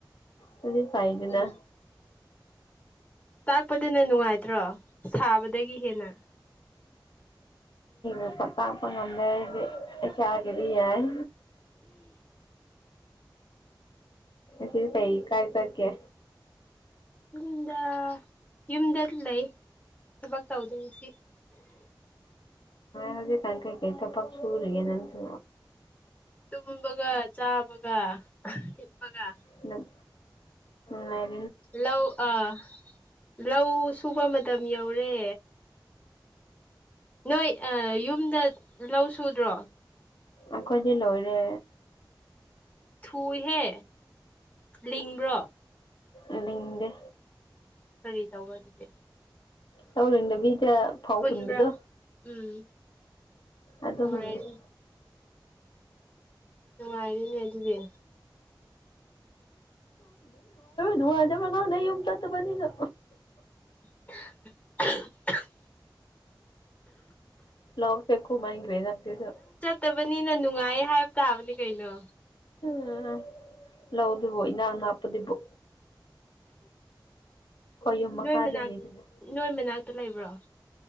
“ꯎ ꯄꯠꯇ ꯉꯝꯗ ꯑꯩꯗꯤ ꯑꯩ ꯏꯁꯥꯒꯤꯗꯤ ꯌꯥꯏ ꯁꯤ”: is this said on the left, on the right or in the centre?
Left